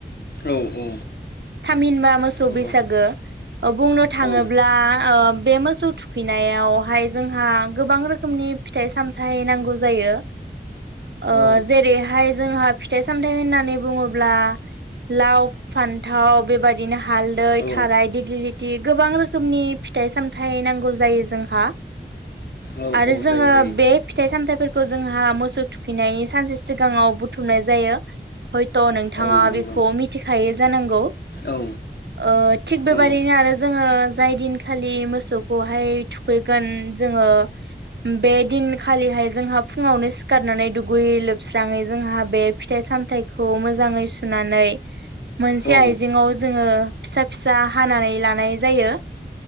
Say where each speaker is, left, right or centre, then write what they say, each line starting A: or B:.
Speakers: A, on the left; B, on the right.
A: औ औ
B: थामहिनबा मोसौ
A: नंगौ
B: बैसागो ओ बुंनो थाङोब्ला
A: औ
B: ओ बे मोसौ थुखैनायावहाय जोंहा गोबां रोखोमनि फिथाइ सामथाइ नांगौ जायो। ओ
A: औ
B: जेरैहाय जोंहा फिथाइ सामथाइ होननानै बुङोब्ला लाव फान्थाव बेबायदिनो हालदै
A: औ
B: थाराय दिग्लि लि थि गोबां रोखोमनि फिथाइ सामथाइ नांगौ जायो जोंहा
A: औ
B: आरो जोङो
A: जायो जायो
B: बे फिथाइ सामथायफोर खौ जोंहा मोसौ थुखैनायनि सानसे सिगाङाव बुथुमनाय जायो हयथ' नोंथाङा
A: औ नंगौ
B: बेखौ मिथिखायो जानांगौ
A: औ
B: ओ थिग बेबाददिनो
A: नंगौ
B: आरो जोङो जाय दिनखालि मोसौखौहाय थुखैगोन जोङो बे दिनखालिहाय जोंहा फुङावनो सिखारनानै दुगै लोबस्राङै जोंहा बे फिथाइ सामथाइखौ मोजाङै सुनानै मोनसे
A: औ
B: आइजेङाव जोङो फिसा फिसा हानानै लानाय जायो